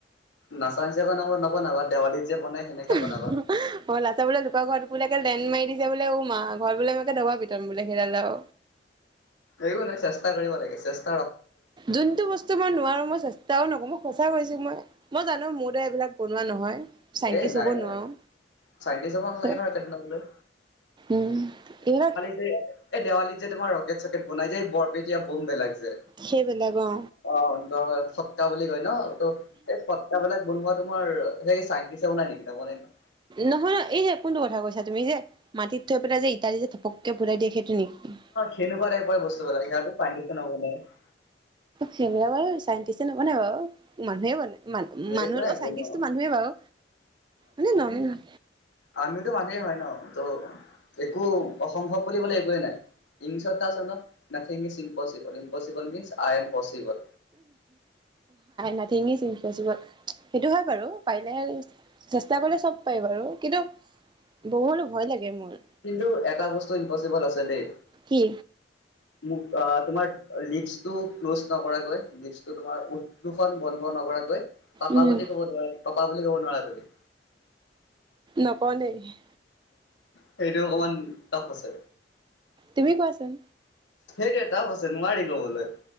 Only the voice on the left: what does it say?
নাচা নিচিনাকৈ নবনাবা, দেৱালীত যে বনাই সেনেকে
বনাবা
একো নাই চেষ্টা কৰিব লাগে, চেষ্টা
এ, নাই
নাই
চাইণ্টিছ হ'ব নালাগে
নহয় তাত নগ'লেও।
যে এই দেৱালীত যে তোমাৰ ৰকেট-চকেট বনাই যে, এই বৰপেটীয়া বম বেলাক যে।
অ, বৰ সত্তা বুলি কয় ন, ত সেই ফট্টাবলাক বনোৱা তোমাৰ সেই চাই টিচে‌ বনাই নেকি? নবনাই ন।
কেনেকুৱা এক বস্তুবিলাক সিহত পানীছে নব নাই <inaudible> <unintelligible>
একো নাই
বনোৱা।
আমিওটো মানুহ হে হয় ন ত' একো অসম্ভৱ বুলিবলে একোৱে নাই। ইংলিচত আছে, nothing is impossible impossible means I am possible.
কিন্তু এটা বস্তু ইমপচিবল আছে দেই।
মোক তোমাৰ লিপচটো ক্ল'জ নকৰাকৈ লিপচটো তোমাৰ উ দুখন বন্ধু নকৰাকৈ পাপা
বুলি কব নোৱাৰা পাপা বুলি কব নোৱাৰা তুমি।
সেইটো অকমান টাফ আছে।
সেইটোৱে টাফ আছে নোৱাৰি কবলৈ।